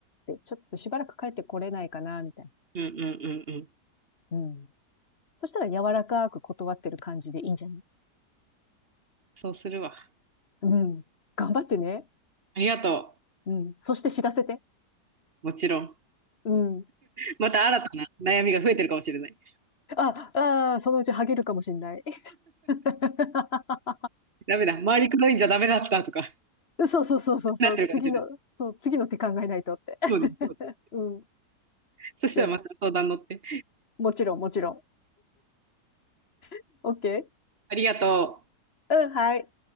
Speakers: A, on the left; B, on the right.
A: て、ちょっとしばらく帰ってこれないかな、みたい
B: うんうんうんうん。
A: な。うん。そしたら柔らかく断ってる感じでいいんじゃない
B: そうするわ。
A: うん。頑張ってね。
B: ありがと
A: うん。そして知らせて。
B: う。もちろん。
A: うん。
B: また新たな悩みが増えてるかもしれない。
A: あ、ああ、そのうちハゲるかもしんない。<laughs>
B: ダメだ。周り黒いんじゃダメだったとか、
A: そうそうそうそうそう、
B: なってるかもしれない。
A: 次の、そう、次の手考えないとって。<laughs>
B: そうですそうです
A: うん。
B: そしたらまた相談乗って。
A: じゃあ、もちろん、もちろん。OK?
B: ありがとう。
A: うん、はい。